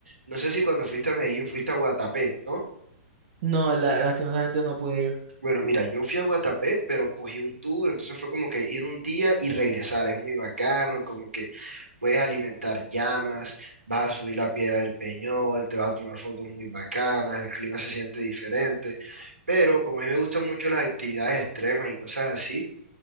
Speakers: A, on the right (about 85°); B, on the right (about 45°).
A: No sé si cuando fuiste a Medellín fuiste a Guatapé, ¿no?
B: No, la- lastimosamente no pude ir.
A: Bueno, mira, yo fui a Guatapé, pero cogí un tour, entonces fue como que ir un día y regresar, es muy bacano, como que puedes alimentar llamas, vas a subir la piedra del Peñol, te vas a tomar fotos muy bacanas, el clima se siente diferente, pero como a mí me gustan mucho las actividades extremas y cosas así,